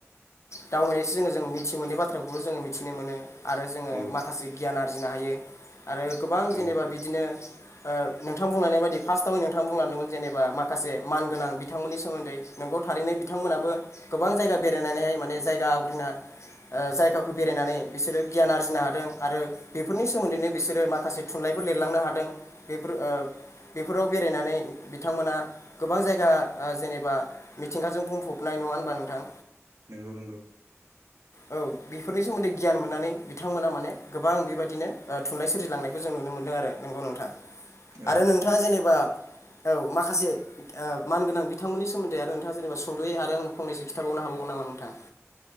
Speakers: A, on the left (about 65°); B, on the right (about 85°).
A: दावबायनायसो जोङो जों मिथि मोननाय बाथ्राखौबो जोङो मिथिनो मोनो। आरो जोङो
B: औ
A: माखासे गियान आरजिनो हायो। आरो गोबां जेनेबा
B: औ
A: बिदिनो ओ नोंथां बुंलांनाय बायदि फार्स्टआव नोंथां बुंलांदोंमोन जेनेबा माखासे मानगोनां बिथांमोननि सोमोन्दै नोंगौ थारैनो बिथांमोनाबो गोबां जायगा बेरायनानैहाय माने जायगा आवग्रिना ओ जायगाखौ बेरायनानै बिसोरो गियान आरजिनो हादों आरो बेफोरनि सोमोन्दैनो बिसोरो माखासे थुनलाइफोर लिरलांनो हादों बेफोर ओ बेफोराव बेरायनानै बिथांमोना गोबां जायगा जेनेबा मिथिंगाजों बुंफबनाय। नङा होनबा नोंथां?
B: नंगौ नंगौ।
A: औ बेफोरनि सोमोन्दै गियान मोननानै बिथांमोना माने गोबां बेबायदिनो। थुनलाइ सोरजिलांनायखौ जों नुनो मोनदों आरो नोंगौ नोंथाङा
B: औ
A: आरो नोंथाङा जेनेबा औ माखासे मानगोनां बिथांमोननि सोमोन्दै आरो नोंथाङा जेनेबा सुंद'यै आरो आं फंनैसो खिथाबाव‌ हाबावोन नामा नोंथां?